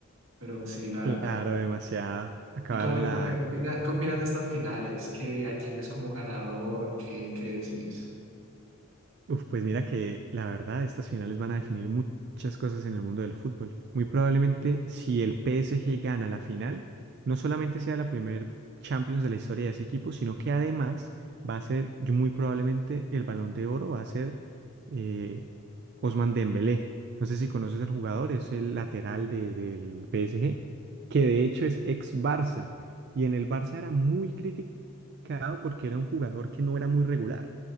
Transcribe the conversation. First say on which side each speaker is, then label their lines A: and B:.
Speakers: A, on the right; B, on the right.
A: pero sí, la
B: Claro,
A: verdad.
B: demasiado. Acabaron
A: Y coméntame,
B: la,
A: ¿qué opina- qué opinas de estas finales? ¿Qué, a quién ves como ganador? ¿Qué, qué decís?
B: Uf, pues mira que la verdad, estas finales van a definir mu- muchas cosas en el mundo del fútbol. Muy probablemente, si el PSG gana la final, no solamente sea la primer Champions de la historia de ese equipo, sino que además va a ser, yo muy probablemente, el Balón de Oro va a ser eh, Ousmane Dembélé. No sé si conoces al jugador, es el lateral de- del PSG, que de
A: Mm,
B: hecho es ex Barça. Y en el Barça era muy crítico mercado porque era un jugador que no era muy regular.